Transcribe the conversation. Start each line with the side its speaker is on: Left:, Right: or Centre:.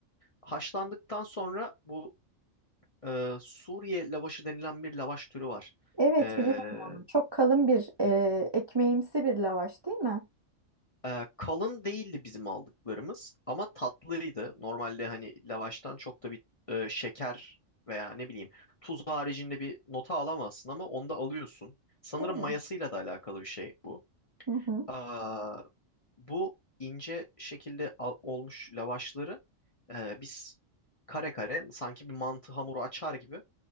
Left: Haşlandıktan sonra bu e, Suriye lavaşı denilen bir lavaş türü var.
Right: Evet
Left: E,
Right: biliyorum onu. Çok kalın bir e, ekmeğimsi bir lavaş değil mi?
Left: e, kalın değildi bizim aldıklarımız ama tatlıydı. Normalde hani lavaştan çok da bir e, şeker veya ne bileyim tuz haricinde bir nota alamazsın ama onda alıyorsun. Sanırım
Right: Evet.
Left: mayasıyla da alakalı bir şey bu.
Right: Hı hı.
Left: Aa, bu ince şekilde al- olmuş lavaşları e, biz kare kare sanki bir mantı hamuru açar gibi